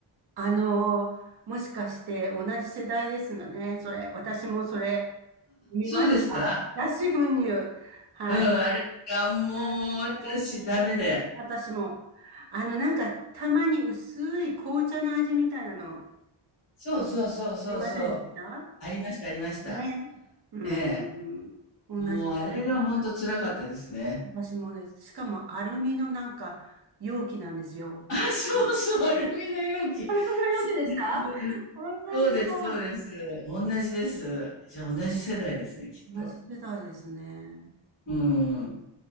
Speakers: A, on the right; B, on the left.
A: あのーもしかして同じ世代ですのね。それ、私もそれ見ました。
B: そうですか？
A: 脱脂粉乳。はい。
B: うん、あれがもう私ダメで。
A: あ残念私も。あの、なんか、たまに薄い紅茶の味みたいなの、あ
B: そうそうそうそうそう。
A: りませんでした
B: ありましたありました。
A: ね。うん。
B: ええ。
A: うん同じだ。
B: もうあれが本当辛かったですね。
A: 私もです。しかも、アルミのなんか、容器なんですよ。
B: あ、
A: <laughs>
B: そうそう、アルミの容器。
A: 容器でした同じだ。
B: そうですそうです。そうですそうです。同じです。じゃあ同じ世代ですね、きっと。
A: 同じ世代ですね。
B: うん。
A: うん。